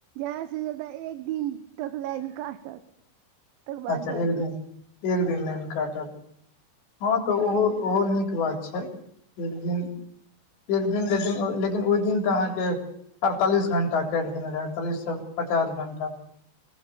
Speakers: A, on the right; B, on the left.
A: जादा स जादा एक दिन तक लाइन काटत तकर बाद
B: अच्छा
A: दऽ
B: एक
A: दै
B: दिन
A: छै
B: एक दिन लाइन काटत हँ तऽ ओहो ओहो नीक बात छै एक दिन एक दिन लेकिन लेकिन ओहि दिन तऽ अहाँके अड़तालीस घंटा कटि देने रहै अड़तालीससँ पचास घण्टा